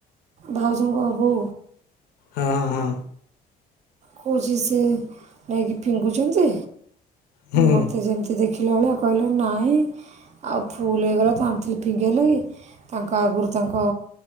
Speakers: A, on the right; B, on the left.
A: ଭାଉଜଙ୍କ ବୋଉ।
B: ହଁ ହଁ ହଁ।
A: କୋଉଛି ସେ ନେଇକି ଫିଙ୍ଗୁଛନ୍ତି।
B: ହୁଁ ହୁଁ
A: ମୋତେ ଯେମିତି ଦେଖ ଦେଖିଲା ଭଳିଆ କହିଲେ ନାଇଁ। ଆଉ ଫୁଲ ହେଇଗଲା ତ ଆଣିଥିଲି ପିଙ୍ଗି ହେଲା କି ତାଙ୍କ ଆଗରୁ ତାଙ୍କ